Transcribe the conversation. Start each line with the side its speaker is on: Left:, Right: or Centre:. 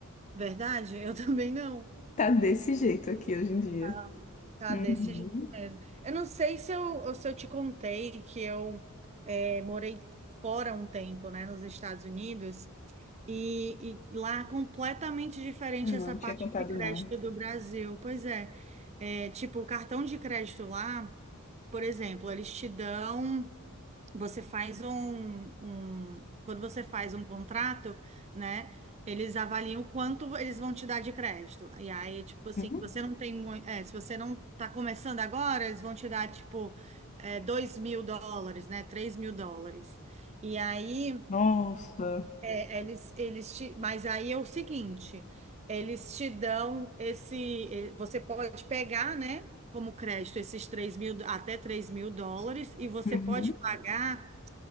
Right: Verdade? Eu <laughs> também não.
Left: Tá desse jeito aqui hoje em dia.
Right: Tá, tá
Left: Uhum.
Right: desse jeito mesmo. Eu não sei se eu, se eu te contei que eu é, morei fora um tempo, né, nos Estados Unidos, e, e lá é completamente diferente
Left: Não,
Right: essa parte
Left: tinha contado
Right: de crédito
Left: não.
Right: do Brasil. Pois é, é, tipo, o cartão de crédito lá, por exemplo, eles te dão. Você faz um, um- quando você faz um contrato, né? Eles avaliam o quanto eles vão te dar de crédito. E aí, tipo assim,
Left: Uhum.
Right: se você não tem muito, se você não tá começando agora, eles vão te dar, tipo, é, 2 mil dólares, né? três mil dólares. E aí,
Left: Nossa.
Right: é, eles, eles te, mas aí é o seguinte, eles te dão esse, eh, você pode pegar, né? Como crédito, esses 3 mil, até 3 mil dólares, e você
Left: Uhum.
Right: pode pagar